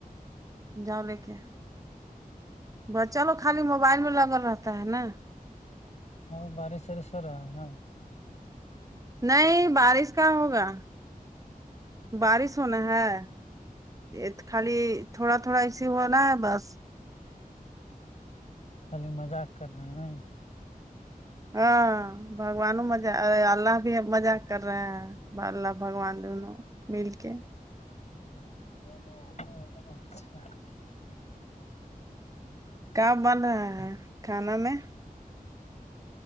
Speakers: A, on the right; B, on the left.
A: جاؤ لے کے بچہ لوگ خالی موبائل میں لگل رہتا ہے نا
B: ہاں بارش ساریش سرا ہاں
A: نہیں بارش کا ہوگا بارش ہونا ہے یہ خالی تھوڑا تھوڑا ایسے ہونا ہے بس
B: خالی مذاق کر رہا ہیں ن
A: ہاں بم بھگوانوں مز اللہ بھی مزاق کر رہے ہیں اللہ بھگوان دونوں مل کے
B: اچھا
A: ک بن رہا ہے کھانا میں